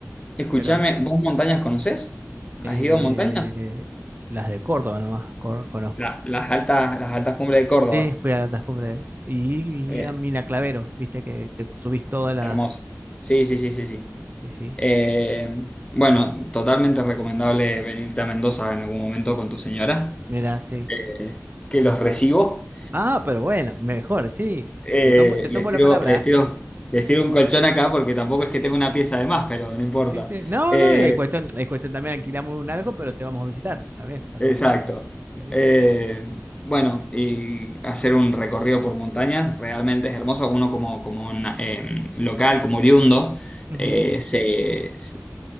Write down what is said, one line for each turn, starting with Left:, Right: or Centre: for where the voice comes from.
Left: Escúchame,
Right: pero
Left: ¿vos montañas conocés? ¿Has
Right: eh,
Left: ido a montañas?
Right: las de Córdoba nomás cor- conozco.
Left: La- las altas, las altas cumbres de Córdoba.
Right: Sí, fui a las cumbres y,
Left: Bien,
Right: y a Mina Clavero, viste que, que subís todas las,
Left: hermoso. Sí, sí, sí, sí, sí.
Right: sí, sí,
Left: Eh, bueno, totalmente recomendable venirte a Mendoza en algún momento con tu señora,
Right: mira, sí.
Left: eh, que los recibo.
Right: Ah, pero bueno, mejor, sí,
Left: Eh,
Right: te tomo, te tomo
Left: les tiro,
Right: la palabra,
Left: les tiro, les tiro un colchón acá porque tampoco es que tenga una pieza de más, pero no importa.
Right: Sí, sí. No,
Left: Eh,
Right: no, es cuestión, es cuestión también alquilamos un algo, pero te vamos a visitar también, así
Left: exacto.
Right: que, sí, sí.
Left: Eh, bueno, y hacer un recorrido por montañas realmente es hermoso. Uno como, como na- eh, local, como oriundo,
Right: Ujú.
Left: eh, se, se-